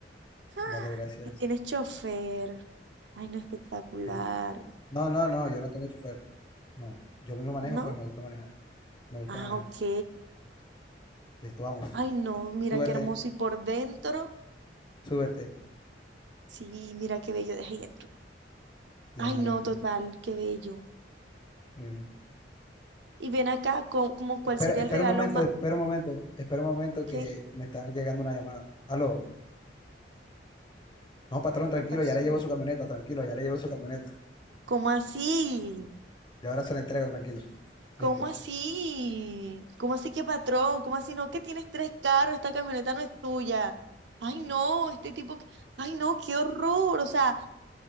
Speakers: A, on the right; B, on the left.
A: <gasps> Ah,
B: Dale, gracias.
A: Y tienes chofer. Ay, no, espectacular.
B: Sí. No, no, no, yo no tengo chofer. No, yo mismo manejo,
A: ¿No?
B: pues me gusta manejar. Me gusta
A: Ah,
B: manejar.
A: ok.
B: Listo, vamos.
A: Ay, no, mira
B: Súbete,
A: qué hermoso. Y por dentro.
B: súbete.
A: Sí, mira qué bello de dentro.
B: Deja
A: Ay,
B: manejo.
A: no, total, qué bello.
B: Mm.
A: Y ven acá, co- como cuál
B: Espera,
A: sería
B: espera
A: el regalo
B: un momento,
A: más...
B: espera un momento, espera un momento
A: ¿Qué?
B: que me está llegando una llamada. Aló. No, patrón, tranquilo,
A: ¿Qué pasó?
B: ya le llevo su camioneta, tranquilo, ya le llevo su camioneta.
A: ¿Cómo así?
B: Y ahora se la entrego, tranquilo.
A: ¿Cómo
B: Listo.
A: así? ¿Cómo así que patrón? ¿Cómo así no? Que tienes tres carros, esta camioneta no es tuya. Ay, no, este tipo, que- ay, no, qué horror. O sea,